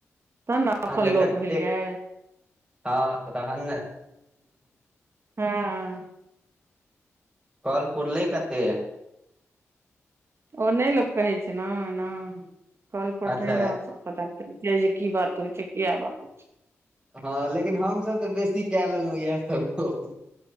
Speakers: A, on the right; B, on the right.
A: तहन ना
B: अहाँके
A: अपन लोक
B: कतेक
A: भेलिये।
B: हँ तहन
A: हँ।
B: कॉल पूरलै कते?
A: ओ नहि लोक कहै छै ना ना कॉल पर
B: अच्छा
A: नहि ना पता चल जे की बात होइ छै किया बात होइ छै?
B: हँ लेकिन हमसभ तऽ बेसी कए लेलहु इएह सभ गप